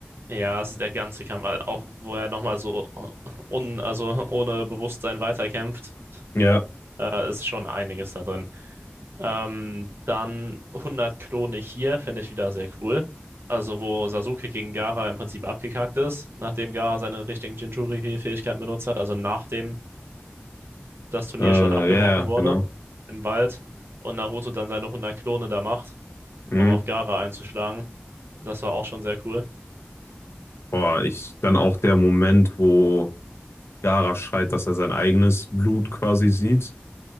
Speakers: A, on the right; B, on the left.
A: Ja, also der ganze Kampf, äh, auch wo er nochmal so äh, un, also ohne Bewusstsein weiterkämpft,
B: Ja,
A: äh, ist schon einiges da drin. Ähm, dann 100 Klone hier finde ich wieder sehr cool. Also wo Sasuke gegen Gaara im Prinzip abgekackt ist, nachdem Gaara seine richtigen Jinchuriki-Fähigkeiten benutzt hat, also nachdem das Turnier
B: äh,
A: schon abgebrochen
B: ja, ja,
A: wurde
B: genau.
A: im Wald und Naruto dann seine 100 Klone da macht,
B: Mhm.
A: um auf Gaara einzuschlagen. Das war auch schon sehr cool.
B: Boah, ich, dann auch der Moment, wo Gaara schreit, dass er sein eigenes Blut quasi sieht.